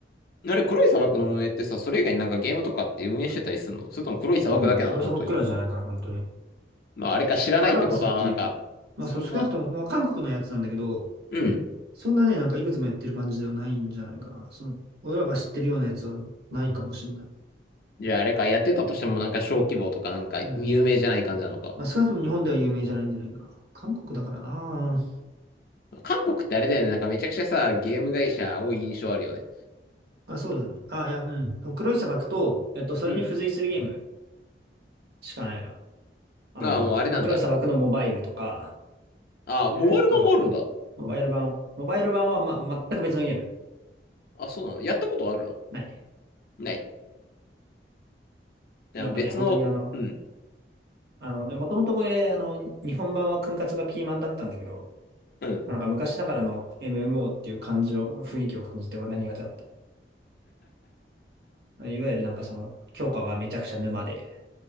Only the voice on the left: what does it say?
あれ、黒い砂漠の運営ってさ、それ以外になんかゲームとかって運営してたりするのそれとも黒い砂漠だけなの本当に。
まあ、あれか知らないってことは、
まあなんか、
そんな、
うん。
じゃああれか、やってたとしてもなんか小規模とかなんか有名じゃない感じなのか。
韓国ってあれだよね、なんかめちゃくちゃさ、ゲーム会社多い印象あるよね。
うん。
ああ、もうあれなんだ。
ああ、
モバイル版もあるんだ。
あ、そうなの。やったことあるの
ない。いや別の、
うん、
うん。